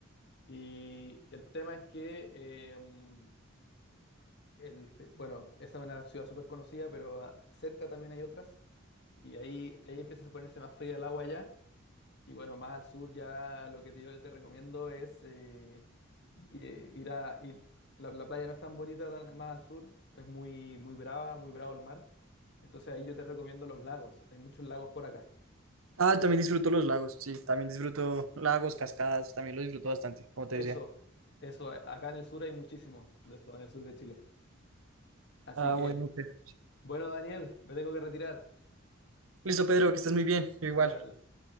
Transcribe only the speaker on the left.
Y el tema es que, eh, mm, el, fe- bueno, esa es una ciudad súper conocida, pero ah, cerca también hay otras. Y ahí, ahí empieza a ponerse más fría el agua ya. Y bueno, más al sur ya lo que te, yo te recomiendo es eh, eh, ir a... ir- la, la playa no es tan bonita tan- más al sur, es muy, muy brava, muy bravo el mar. Entonces ahí yo te recomiendo los lagos. Hay muchos lagos por acá.
Eso,
eso, a- acá en el sur hay muchísimo de eso, en el sur de Chile. Así
que,
bueno, Daniel, me tengo que retirar.
Tú Igual,